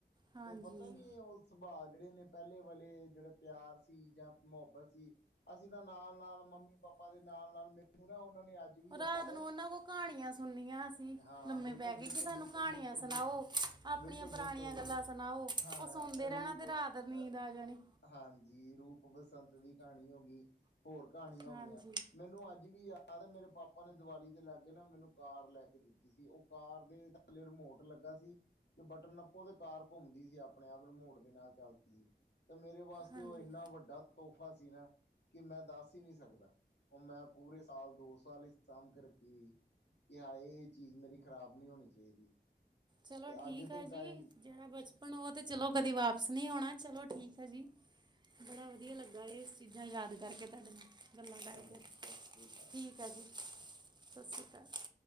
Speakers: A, on the right; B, on the left.
A: ਹਾਂਜੀ
B: ਤੇ ਪਤਾ ਨੀ ਉਸ ਸੁਭਾਅ ਜਿਹੜੇ ਨੇ ਪਹਿਲੇ ਵਾਲੇ, ਜਿਹੜੇ ਪਿਆਰ ਸੀ ਜਾਂ ਮੁਹੱਬਤ ਸੀ ਨਾਲ ਨਾਲ, ਮੰਮੀ ਪਾਪਾ ਪਾਪਾ ਦੇ ਨਾਲ ਨਾਲ, ਮੈਨੂੰ ਨਾ ਉਹਨਾਂ ਨੇ ਅੱਜ ਵੀ ਯਾਦ
A: ਰਾਤ
B: ਹੈ।
A: ਨੂੰ ਉਹਨਾਂ ਕੋਲ ਕਹਾਣੀਆਂ ਸੁਣਨੀਆਂ ਅਸੀਂ
B: ਹਾਂ
A: ਲੰਮੇ
B: ਬਿਲਕੁਲ,
A: ਪੈ ਕੇ
B: ਬਿਲਕੁਲ,
A: ਕਿ ਸਾਨੂੰ
B: ਬਿਲਕੁਲ,
A: ਕਹਾਣੀਆਂ
B: ਬਿਲਕੁਲ,
A: ਸੁਣਾਓ
B: ਬਿਲਕੁਲ
A: ਆਪਣੀਆਂ
B: ਬਿਲਕੁਲ,
A: ਪੁਰਾਣੀਆਂ
B: ਬਿਲਕੁਲ।
A: ਗੱਲਾਂ ਸੁਣਾਓ
B: ਹਾਂ
A: ਉਹ ਸੁਣਦੇ ਰਹਿਣਾ
B: ਰੂਪ'
A: ਤੇ ਰਾਤ
B: ਅ
A: ਨੀਂਦ ਆ ਜਾਣੀ
B: ਹਾਂਜੀ ਰੂਪ ਬਸੰਤ ਦੀ ਕਹਾਣੀ ਹੋ ਗਈ। ਹੋਰ ਕਹਾਣੀਆਂ
A: ਹਾਂਜੀ
B: ਹੋ ਗਈਆਂ ਮੈਨੂੰ ਅੱਜ ਵੀ ਯਾਦ ਯਾਦ ਆ ਮੇਰੇ ਪਾਪਾ ਨੇ ਦੀਵਾਲੀ ਤੇ ਲਾਗੇ ਨਾ ਮੈਨੂੰ ਕਾਰ ਲੈ ਕੇ ਦਿੱਤੀ। ਦਿੱਤੀ ਸੀ, ਉਹ ਕਾਰ ਦੇ ਥੱਲੇ ਰਿਮੋਟ ਲੱਗਾ ਸੀ। ਤੇ ਬਟਨ ਨਪੋ ਤੇ ਕਾਰ ਘੁੰਮਦੀ ਸੀ ਆਪਣੇ ਆਪ ਰਿਮੋਟ ਦੇ ਨਾਲ ਚੱਲਦੀ ਸੀ। ਤੇ ਮੇਰੇ ਵਾਸਤੇ
A: ਹਾਂਜੀ
B: ਉਹ ਇੰਨਾ ਵੱਡਾ ਤੋਹਫ਼ਾ ਸੀ ਨਾ। ਕਿ ਮੈਂ ਦੱਸ ਹੀ ਨਹੀਂ ਸਕਦਾ ਉਹ ਮੈਂ ਪੂਰੇ ਸਾਲ ਦੋ ਸਾਲ ਹੀ ਸਾਂਭ ਕੇ ਰੱਖੀ ਹੋਈ ਕਿ ਹਾਏ ਇਹ ਚੀਜ਼ ਮੇਰੀ ਖ਼ਰਾਬ ਨਹੀਂ ਹੋਣੀ ਚਾਹੀਦੀ।
A: ਚਲੋ
B: ਤੇ
A: ਠੀਕ
B: ਅੱਜ ਦੇ
A: ਹੈ ਜੀ
B: ਟਾਈਮ
A: ਜਿਹੜਾ ਬਚਪਨ ਉਹ ਤਾਂ ਚਲੋ ਕਦੇ ਵਾਪਸ ਨਹੀਂ ਆਉਣਾ ਚਲੋ ਠੀਕ ਹੈ ਜੀ। ਬੜਾ ਵਧੀਆ ਲੱਗਾ ਇਹ, ਚੀਜ਼ਾਂ ਯਾਦ ਕਰਕੇ ਤੁਹਾਡੇ ਨਾਲ ਗੱਲਾਂ ਕਰਕੇ
B: ਚੰਗਾ ਜੀ ਸਤਿ ਸ੍ਰੀ ਅਕਾਲ
A: ਠੀਕ
B: ਸਤਿ
A: ਐ, ਜੀ
B: ਸ੍ਰੀ
A: ਸਤਿ
B: ਅਕਾਲ ਓਕੇ
A: ਸ਼੍ਰੀ ਅਕਾਲ।